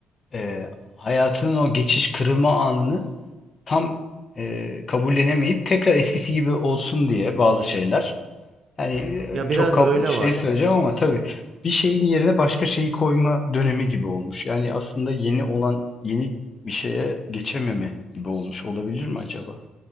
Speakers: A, on the left; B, on the right.
A: e, hayatının o geçiş kırılma anını tam e, kabullenemeyip tekrar eskisi gibi olsun diye bazı şeyler. Yani e,
B: Ya biraz
A: çok kab-
B: öyle
A: şey
B: var.
A: söyleyeceğim ama tabii bir şeyin yerine başka şeyi koyma dönemi gibi olmuş. Yani aslında yeni olan yeni bir şeye geçememe gibi olmuş olabilir mi acaba?